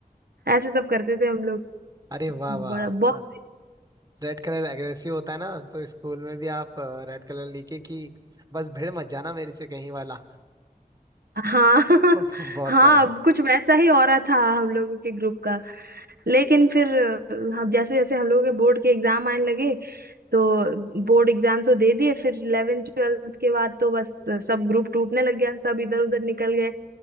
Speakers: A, on the right (about 85°); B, on the right (about 25°).
A: ऐसे सब करते थे हम लोग
B: अरे वाह वाह
A: बड़ा बहुत
B: रेड कलर एग्रेसिव होता है ना तो स्कूल में भी आप रेड कलर लिखे कि बस भिड़ मत जाना मेरे से कहीं वाला
A: हाँ
B: <laughs>
A: <laughs>
B: बहुत
A: हाँ
B: प्यारा
A: अब कुछ वैसा ही हो रहा था हम लोगों के ग्रुप का लेकिन फिर हम जैसे जैसे हम लोगों के बोर्ड के एग्जाम आने लगे तो बोर्ड एग्जाम तो दे दिए फिर 11th 12th के बाद तो बस सब ग्रुप टूटने लग गया सब इधर उधर निकल गए